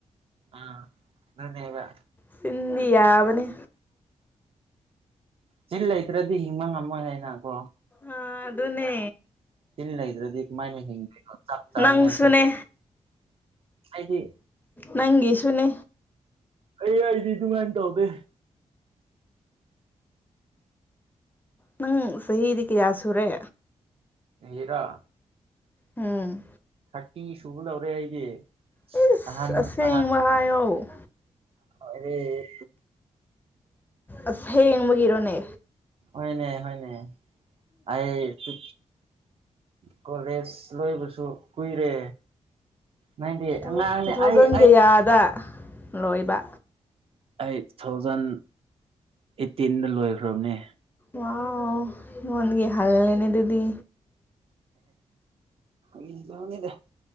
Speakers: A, on the right; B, on the left.
A: ꯑ ꯑꯗꯨ ꯅꯕ
B: ꯁꯤꯤꯟꯗꯤ ꯌꯥꯕꯅꯤ
A: ꯆꯤꯜ ꯂꯩꯇ꯭ꯔꯗꯤ ꯍꯤꯡꯕ ꯉꯝꯃꯣꯏ ꯍꯥꯏꯅ ꯀꯣ
B: ꯑ ꯑꯗꯨ ꯑꯗꯨꯅꯦ
A: ꯇꯤꯟ ꯂꯩꯗ꯭ꯔꯗꯤ ꯀꯃꯥꯏꯅ ꯍꯤꯡꯗꯦꯅꯣ ꯆꯥꯛ ꯆꯥꯅꯤꯡꯉꯥꯏꯁꯨ
B: ꯅꯪꯁꯨꯅꯦ
A: ꯑꯩꯗꯤ
B: ꯅꯪꯒꯤꯁꯨꯅꯦ
A: ꯑꯩ ꯑꯩꯗꯤ ꯑꯗꯨꯃꯥꯏꯅ ꯇꯧꯗꯦ
B: ꯅꯪ ꯆꯍꯤꯗꯤ ꯀꯌꯥ ꯁꯨꯔꯦ
A: ꯍꯤꯔꯥ
B: ꯎꯝ
A: ꯊꯥꯔꯇꯤ ꯁꯨꯕ ꯂꯧꯔꯦ ꯑꯩꯒꯤ
B: ꯏꯁ
A: ꯑꯍꯟ
B: ꯑꯁꯦꯡꯕ
A: ꯑꯍ
B: ꯍꯥꯏꯌꯣ
A: <inaudible> ꯂꯣꯏꯔꯦ
B: ꯑꯁ ꯍꯦꯡꯕꯒꯤꯔꯣꯅꯦ
A: ꯍꯣꯏꯅꯦ ꯍꯣꯏꯅꯦ ꯑꯩ ꯇꯨ ꯀꯣꯂꯦꯖ ꯂꯣꯏꯕꯁꯨ ꯀꯨꯏꯔꯦ ꯅꯪꯗꯤ
B: ꯇꯨꯊꯥꯎ
A: ꯑꯉꯥꯡꯅꯦ
B: ꯇꯨꯊꯥꯎꯖꯟ
A: ꯑꯩ ꯑꯩ
B: ꯀꯌꯥꯗ ꯂꯣꯏꯕ
A: ꯑꯩ ꯇꯨ ꯊꯥꯎꯖꯟ ꯑꯩꯠꯇꯤꯟꯗ ꯂꯣꯏꯈ꯭ꯔꯕꯅꯦ
B: ꯋꯥ ꯅꯟꯦ ꯍꯜꯅꯦꯗꯗꯗꯤ
A: ꯅꯤꯗ